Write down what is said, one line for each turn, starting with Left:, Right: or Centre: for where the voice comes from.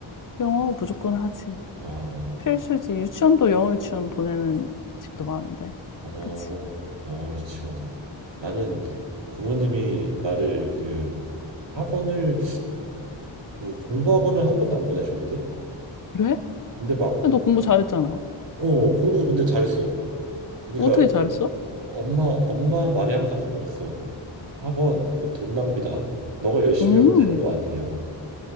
Left: 영어 무조건 하지.
Right: 아,
Left: 필수지. 유치원도 영어 유치원 보내는 집도 많은데.
Right: 어,
Left: 그치?
Right: 영어 유치원. 나는 부모님이 나를 그 학원을 그 공부 학원을 한 번도 안 보내셨거든.
Left: 그래?
Right: 근데 막
Left: 근데 너 공부 잘했잖아.
Right: 어, 공부 근데 잘했어. 그러니까
Left: 어떻게 잘했어?
Right: 엄마 엄마 말이 항상 그거였어. 학원 그 돈 낭비다. 너가 열심히
Left: 음,
Right: 하면 되는 거 아니냐.